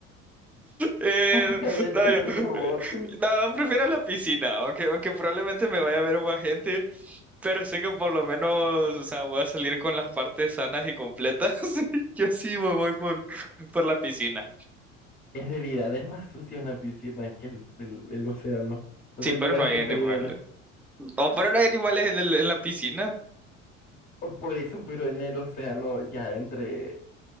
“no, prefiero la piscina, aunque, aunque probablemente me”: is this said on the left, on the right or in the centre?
Centre